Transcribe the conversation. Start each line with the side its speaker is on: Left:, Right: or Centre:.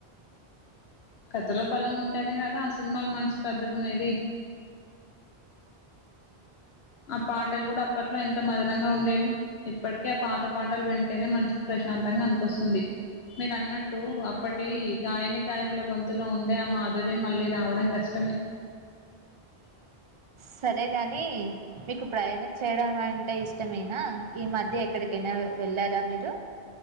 Left: కథలో బలం ఉంటేనే కదా ఆ సినిమాల్ మంచి పెద్దకునేది ఆ పాటల్ గుడా అప్ అప్పట్లో ఎంత మధురంగా ఉండేవి ఇప్పట్కే పాత పాటల్ వింటేనే మన్సుకు ప్రశాంతంగా అన్పిస్తుంది. మీరన్నట్టు అప్పటి గాయని, గాయకుల గొంతులో ఉండే ఆ మాధుర్యం మళ్ళీ రావడం కష్టమే
Right: సరే గాని మీకు ప్రయణం చేయడం అంటే ఇష్టమేనా ఈ మధ్య ఎక్కడికైనా అ వెళ్ళారా మీరు?